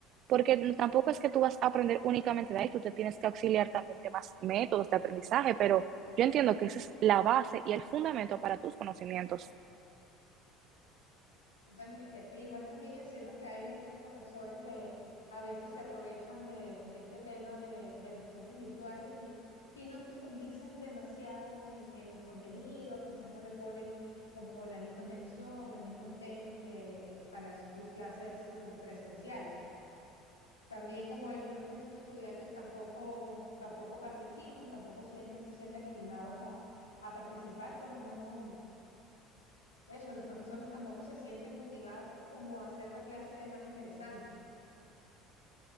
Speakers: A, on the right; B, on the left.
A: porque tampoco es que tú vas a aprender únicamente de ahí, tú te tienes que auxiliar también de más métodos de aprendizaje, pero yo entiendo que esa es la base y el fundamento para tus conocimientos.
B: Totalmente. E igual también siento que hay muchos profesores que a veces se aprovechan de, de este tema de, de las clases virtuales y, y no profundizan demasiado en, en los contenidos, quizás no le ponen como la misma atención o el mismo empeño que en- para las clases eh, presenciales. También como hay bl- muchos estudiantes tampoco, tampoco participan, tampoco sienten, se sienten animados a, a participar, pues no. Eso, los profesores tampoco se sienten motivados como a hacer la clase más interesante.